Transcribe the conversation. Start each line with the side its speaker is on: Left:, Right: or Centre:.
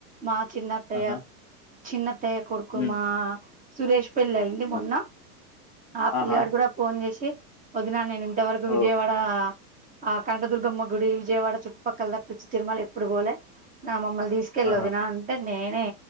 Right: మా చిన్నత్తయ
Left: ఆహా
Right: చిన్నత్తయ కొడుకు
Left: ఉమ్,
Right: మా సురేష్ పెళ్ళ అయింది
Left: ఉమ్,
Right: మొన్న ఆ పిల్లి
Left: ఆహా
Right: గాడు కూడా ఫోన్ చేసి వదినా నేను ఇంతవరకు
Left: ఓ
Right: విజయవాడ ఆ కనకదుర్గమ్మ గుడి విజయవాడ చుట్టుపక్కల తప్పిచ్చి తిరుమల ఎప్పుడు పోలే నా మమ్మల్ తీసుకెళ్ళు
Left: ఆహా
Right: ఒదిన అంటే నేనే